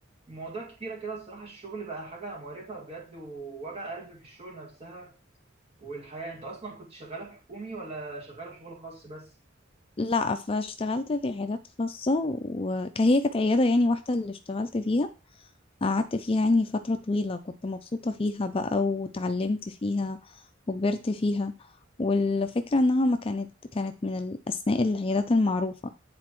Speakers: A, on the right; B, on the left.
A: مواضيع كتيرة كده الصراحة الشغل بقى حاجة مقرفة بجد ووجع قلب في الشغل نفسها والحياة انت اصلا كنت شغالة في حكومي ولا شغالة شغل خاص بس
B: لا فاشتغلت في عيادات خاصة وهي كانت عيادة يعني واحدة اللي اشتغلت فيها قعدت فيها يعني فترة طويلة كنت مبسوطة فيها بقى وتعلمت فيها وكبرت فيها والفكرة انها ما كانت كانت من الاسماء العيادات المعروفة